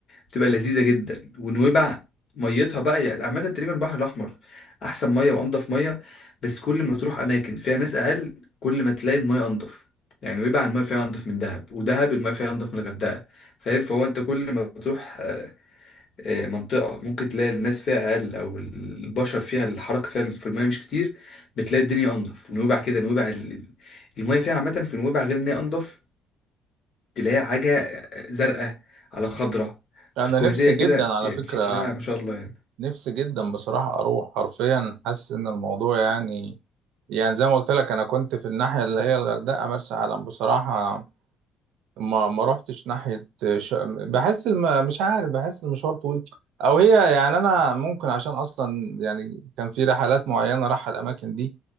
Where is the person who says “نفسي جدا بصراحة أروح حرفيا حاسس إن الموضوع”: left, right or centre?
Right